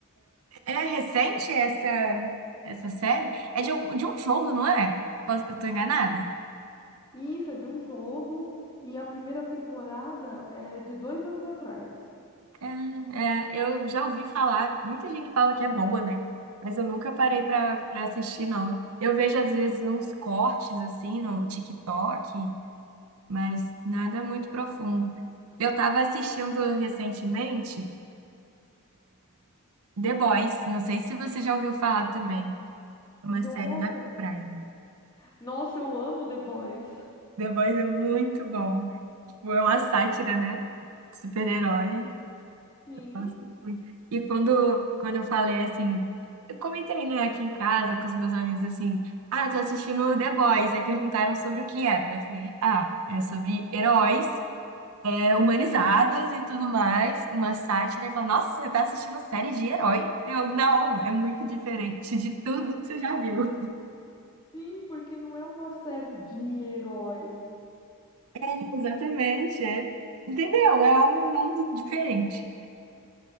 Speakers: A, on the right; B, on the left.
A: É recente essa essa série? É de, algum- de um jogo, não é? Posso- eu tô enganada?
B: Isso é de um jogo e a primeira temporada é de dois anos atrás.
A: É, é, eu já ouvi falar, muita gente fala que é boa, né? Mas eu nunca parei pra para assistir, não. Eu vejo às vezes uns cortes assim no TikTok, mas nada muito profundo. Eu tava assistindo recentemente The Boys, não sei se você já ouviu falar também, É uma
B: Nossa,
A: série da Prime.
B: nossa, eu amo The Boys.
A: The Boys é muito bom, tipo, é uma sátira, né? Super-herói.
B: Sim,
A: Gosto muito. E quando, quando eu falei assim, eu comentei, né, aqui em casa com os meus amigos assim, ah, tô assistindo The Boys, aí perguntaram sobre o que era. Eu falei, ah, é sobre heróis, é, humanizados e tudo mais, uma sátira. E falou, nossa, você tá assistindo série de herói? Eu, não, é muito diferente de tudo que você já viu.
B: sim, porque não é uma série de herói.
A: <laughs> Exatamente, é, entendeu? É um mundo diferente.